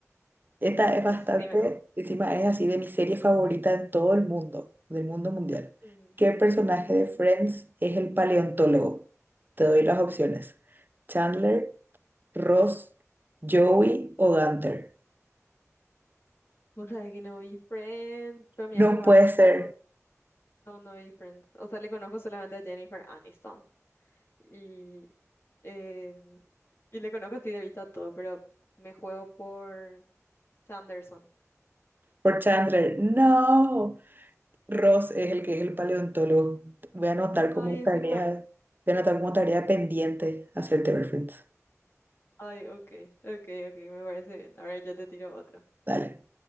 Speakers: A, on the right (about 35°); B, on the left (about 45°).
A: Esta es bastante,
B: decime no.
A: encima es así de mi serie favorita en todo el mundo, del mundo mundial.
B: Ujú,
A: ¿Qué personaje
B: ujú.
A: de Friends es el paleontólogo? Te doy las opciones. Chandler, Ross, Joey o Gunther.
B: Vos sabés que no vi Friends, pero me
A: No
B: iba a jugar
A: puede ser
B: por... No, no vi Friends. O sea, le conozco solamente a Jennifer Aniston. Y, em, y le conozco así de vista a todo, pero me juego por Sanderson.
A: por Chandler. No. Ross es el que es el paleontólogo. Voy a anotar
B: Ay,
A: como
B: encima.
A: tarea, voy a anotar como tarea pendiente hacerte ver Friends.
B: Ay, ok, ok, ok, me parece bien. Ahora yo te tiro otra.
A: Dale.